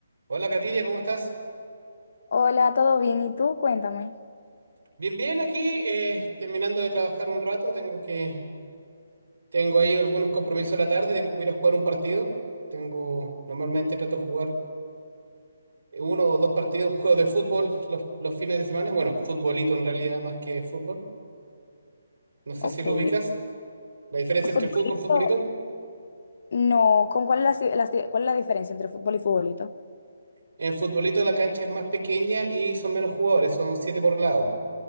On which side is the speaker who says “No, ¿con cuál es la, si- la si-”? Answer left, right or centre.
Left